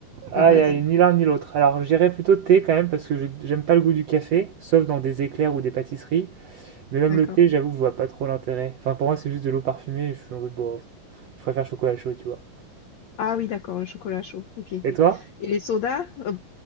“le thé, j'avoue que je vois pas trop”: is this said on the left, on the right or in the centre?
Right